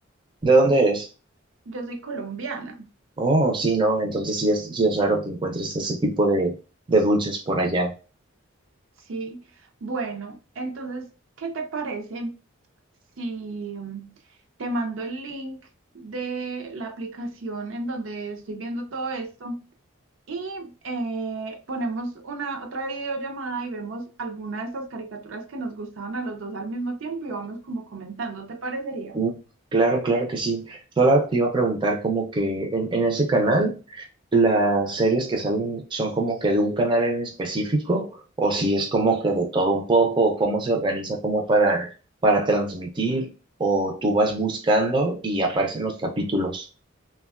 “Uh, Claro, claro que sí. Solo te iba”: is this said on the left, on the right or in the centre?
Right